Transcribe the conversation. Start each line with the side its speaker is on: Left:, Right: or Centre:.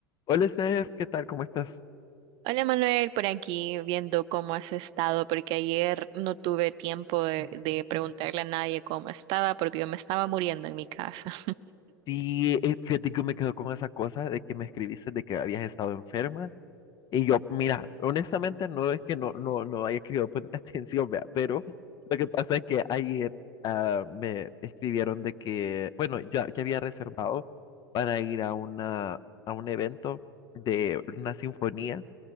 Left: Hola, Steph, ¿qué tal? ¿Cómo estás?
Right: Hola Manuel, por aquí viendo cómo has estado, porque ayer no tuve tiempo de, de preguntarle a nadie cómo estaba, porque yo me estaba muriendo en mi casa.
Left: Sí, eh, fíjate que me quedo con esa cosa de que me escribiste de que habías estado enferma. Y yo, mira, honestamente no es que no, no, no haya querido poner <laughs> atención, vea, pero lo que pasa es que ayer ah, me escribieron de que, bueno, ya, ya había reservado para ir a una, a un evento de una sinfonía